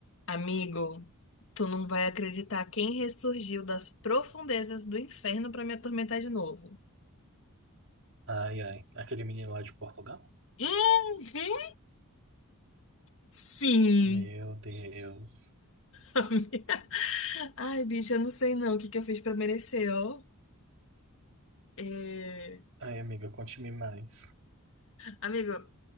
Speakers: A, on the left; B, on the right.
A: Amigo, tu não vai acreditar quem ressurgiu das profundezas do inferno pra me atormentar de novo.
B: Ai, ai. Aquele menino lá de Portugal?
A: Uhum, sim.
B: Meu Deus.
A: <laughs> Ai, bicho, eu não sei não o que que eu fiz pra merecer, ó. É,
B: Ai, amiga, conte-me mais.
A: Amigo,